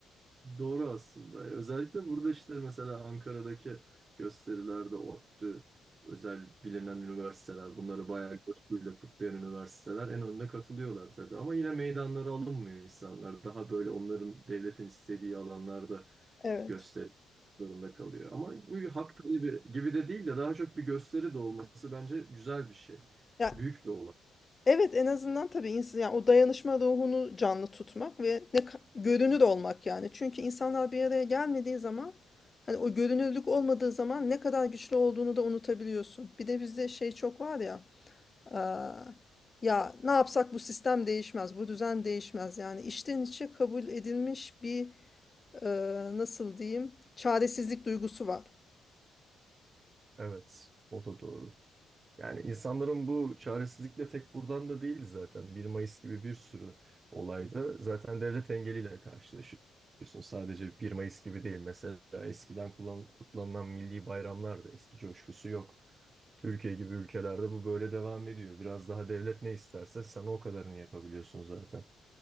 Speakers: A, on the right (about 35°); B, on the left (about 30°).
A: Doğru aslında. E, Özellikle burada işte mesela Ankara'daki gösterilerde ODTÜ, özel bilinen üniversiteler, bunları bayağı coşkuyla kutlayan üniversiteler en önde katılıyorlar tabii. Ama yine meydanlara alınmıyor insanlar. Daha böyle onların devletin istediği alanlarda
B: Evet.
A: gösteri zorunda kalıyor. Ama bu bir hak talebi gibi de değil de daha çok bir gösteri de olması bence güzel bir şey.
B: Ya
A: Büyük bir olay.
B: Evet en azından tabii insan yani o dayanışma ruhunu canlı tutmak ve ne ka- görünür olmak yani. Çünkü insanlar bir araya gelmediği zaman hani o görünürlük olmadığı zaman ne kadar güçlü olduğunu da unutabiliyorsun. Bir de bizde şey çok var ya aa, ya ne yapsak bu sistem değişmez, bu düzen değişmez. Yani içten içe kabul edilmiş bir e, nasıl diyeyim çaresizlik duygusu var.
A: Evet, o da doğru. Yani insanların bu çaresizlikle tek buradan da değil zaten. bir Mayıs gibi bir sürü olayda zaten devlet engeliyle karşılaşıyorsun. Sadece bir Mayıs gibi değil. Mesela eskiden kullan, kutlanılan milli bayramlar da eski coşkusu yok. Türkiye gibi ülkelerde bu böyle devam ediyor. Biraz daha devlet ne isterse sen o kadarını yapabiliyorsun zaten.